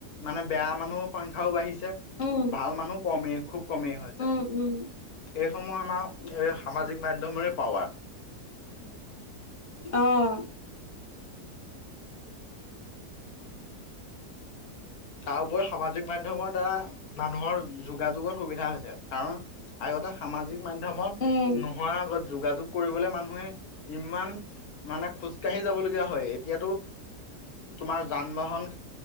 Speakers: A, on the left; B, on the left.
A: মানে বেয়া মানুহৰ সংখ্যাও বাঢ়িছে।
B: উম,
A: ভাল মানুহ কমেই খুব কমেই হৈছে
B: উম, উম,
A: এইসমূহ আমাৰ এই সামাজিক মাধ্যমৰে পাৱাৰ
B: অ'
A: তাৰ উপৰি সামাজিক মাধ্যমৰ দ্বাৰা মানুহৰ যোগাযোগৰ সুবিধা হৈছে কাৰণ আগতে সামাজিক মাধ্যমত
B: উম,
A: নোহোৱাৰ আগত যোগাযোগ কৰিবলে মানুহে ইমান মানে খোজকাঢ়ি যাবলগীয়া হয় এতিয়াতো তোমাৰ যান বাহনৰ